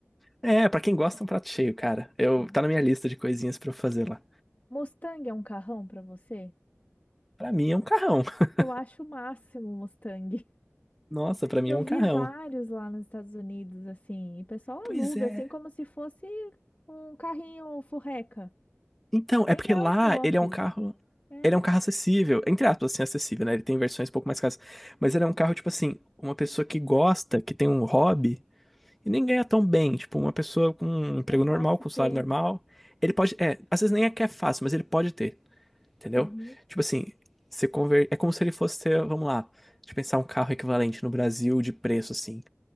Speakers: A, in the centre; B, on the left (about 35°).
A: É, pra quem gosta, é um prato cheio, cara. Eu,
B: Hum.
A: tá na minha lista de coisinhas pra eu fazer lá.
B: Mustang é um carrão pra você?
A: Pra mim é um carrão. <laughs>
B: Eu acho o máximo o Mustang.
A: Nossa, pra mim
B: Eu
A: é um
B: vi
A: carrão.
B: vários lá nos Estados Unidos, assim, e o pessoal aluga,
A: Pois é.
B: assim, como se fosse um carrinho furreca.
A: Então, é
B: Nem
A: porque
B: é
A: lá
B: o top.
A: ele é um carro.
B: É,
A: Ele é um carro acessível, entre aspas, assim, acessível, né? Ele tem versões um pouco mais caras. Mas ele é um carro, tipo assim, uma pessoa que gosta, que tem um hobby, e nem ganha tão bem. Tipo, uma pessoa com um emprego
B: é fácil
A: normal, com
B: ter.
A: um salário normal. Ele pode. É, às vezes nem é que é fácil, mas ele pode ter, entendeu?
B: Uhum.
A: Tipo assim, você conver... é como se ele fosse ter, vamos lá, deixa eu pensar um carro equivalente no Brasil de preço, assim.